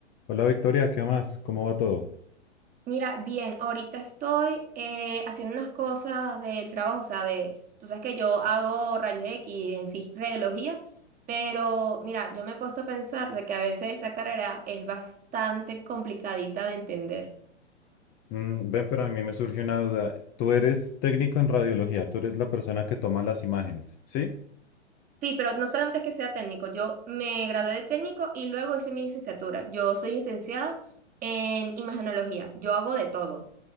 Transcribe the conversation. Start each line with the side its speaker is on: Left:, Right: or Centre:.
Left: Hola Victoria, ¿qué más? ¿Cómo va todo?
Right: Mira, bien, ahorita estoy eh, haciendo unas cosas del trabajo, o sea, de, tú sabes que yo hago rayos X en sí, radiología, pero mira, yo me he puesto a pensar de que a veces esta carrera es bastante complicadita de entender.
Left: Mm, ven, pero a mí me surgió una duda. Tú eres técnico en radiología, tú eres la persona que toma las imágenes, ¿sí?
Right: Sí, pero no solamente es que sea técnico, yo me gradué de técnico y luego hice mi licenciatura. Yo soy licenciada en imagenología, yo hago de todo.